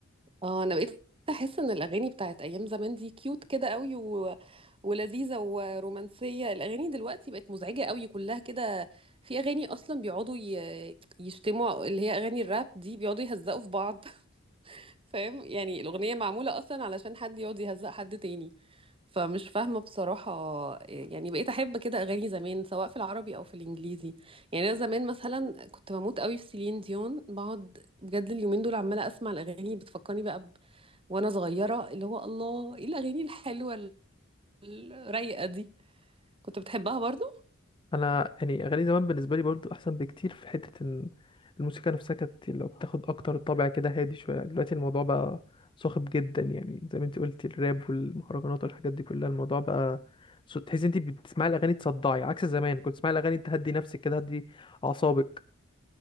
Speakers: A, on the right; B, on the left.
A: اه انا بقيت احس ان الاغاني بتاعت ايام زمان دي كيوت كده قوي و... ولذيذه ورومانسيه الاغاني دلوقتي بقت مزعجه قوي كلها كده في اغاني اصلا بيقعدوا ي... يشتموا اللي هي اغاني الراب دي بيقعدوا يهزقوا في بعض <laughs> فاهم يعني الاغنيه معموله اصلا علشان حد يقعد يهزق حد تاني فمش فاهمه بصراحه يعني بقيت احب كده اغاني زمان سواء في العربي او في الانجليزي يعني انا زمان مثلا كنت بموت قوي في سيلين ديون بقعد بجد اليومين دول عماله اسمع الاغاني بتفكرني بقى وانا صغيره اللي هو الله ايه الاغاني الحلوه الرايقه دي كنت بتحبها برضو
B: انا يعني اغاني زمان بالنسبه لي برضو احسن بكتير في حته ان الموسيقى نفسها كانت لو بتاخد اكتر طابع كده هادي شويه دلوقتي الموضوع بقى صاخب جدا يعني زي ما انت قلتي الراب والمهرجانات والحاجات دي كلها الموضوع بقى صو- تحسي انت بتسمعي الاغاني تصدعي عكس زمان كنت تسمعي الاغاني تهدي نفسك كده تهدي اعصابك